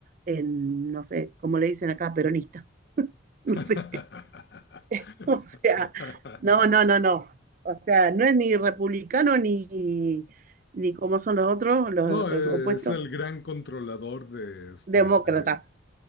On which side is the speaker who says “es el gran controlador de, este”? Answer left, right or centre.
Left